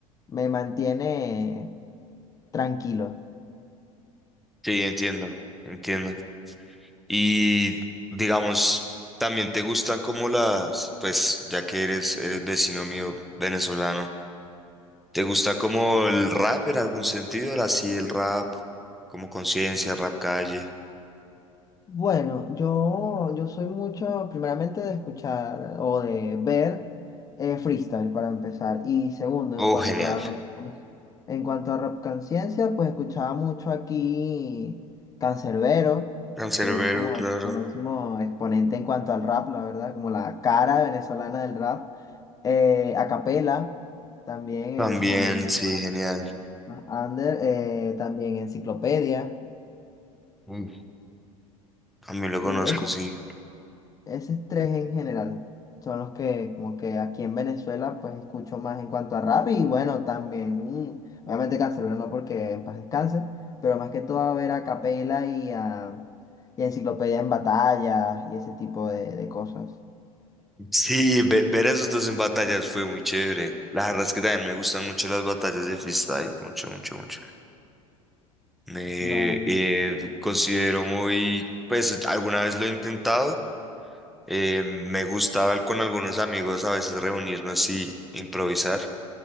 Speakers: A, on the left; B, in the centre.
A: me mantiene tranquilo.
B: Sí, entiendo, entiendo. Y digamos, también te gustan como las, pues ya que eres, eres vecino mío venezolano, ¿te gusta como el rap en algún sentido? Así el rap, como Conciencia, Rap Calle.
A: Bueno, yo, yo soy mucho, primeramente, de escuchar o de ver eh, freestyle para empezar. Y segundo,
B: Oh,
A: en cuanto
B: genial.
A: a rock, en cuanto a rap conciencia, pues escuchaba mucho aquí Canserbero,
B: Canserbero,
A: que es como
B: claro.
A: el máximo exponente en cuanto al rap, la verdad, como la cara venezolana del rap. Eh, a capela, también
B: También,
A: en sus momentos
B: sí,
A: más
B: genial.
A: más under, eh, también Enciclopedia.
B: Mm. También lo
A: Y
B: conozco,
A: eso.
B: sí.
A: esos tres en general son los que como que aquí en Venezuela pues escucho más en cuanto a rap y bueno también mm, obviamente Canserbero no porque en paz descanse, pero más que todo a ver a Capela y a, y a Enciclopedia en batallas y ese tipo de, de cosas.
B: Sí, ve- ver a esos dos en batallas fue muy chévere. La verdad es que también me gustan mucho las batallas de freestyle, mucho, mucho, mucho. Me
A: Vale.
B: eh, considero muy, pues alguna vez lo he intentado. eh, me gustaba con algunos amigos a veces reunirnos y improvisar,